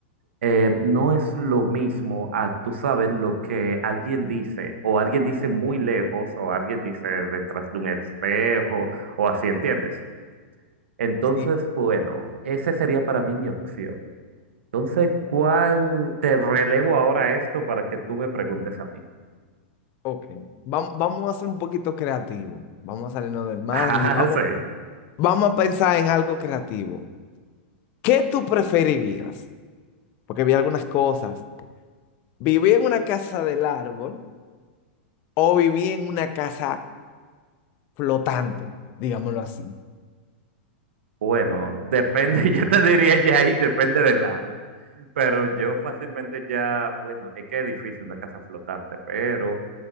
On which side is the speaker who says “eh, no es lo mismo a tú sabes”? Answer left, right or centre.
Right